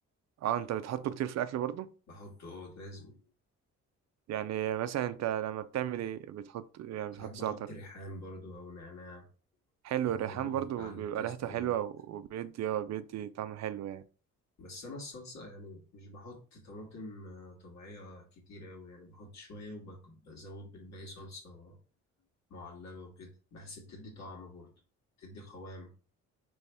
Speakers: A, on the right; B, on the left.
A: أه أنت بتحطه كتير في الأكل برضو
B: بحطه اه لازم
A: يعني مثلا أنت لما بتعمل إيه بتحط يعني
B: ساعات
A: بتحط
B: بحط
A: زعتر
B: ريحان برضو أو نعناع
A: حلو
B: دي
A: الريحان
B: برضو
A: برضو
B: بتعلي
A: بيبقى
B: التيست
A: ريحته
B: جامد
A: حلوة وبيدي اه بيدي طعم حلو يعني
B: بس انا الصلصه يعني مش بحط طماطم آه، طبيعيه كتير قوي يعني بحط شويه وبزود بالباقي صلصه معلبه وكده بحس بتدي طعم برضه بتدي قوام